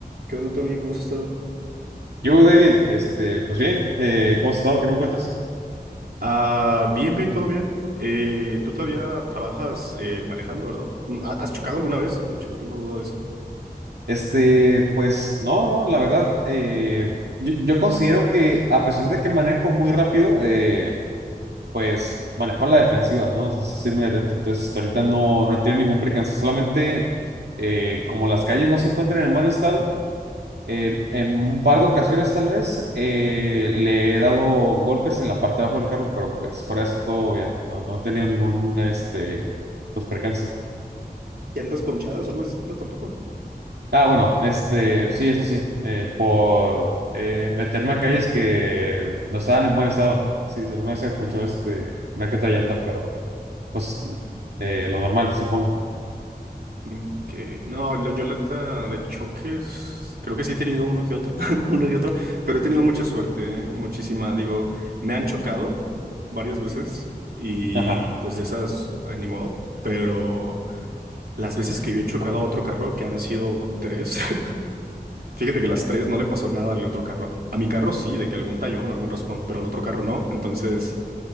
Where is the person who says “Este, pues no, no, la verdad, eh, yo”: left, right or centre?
Right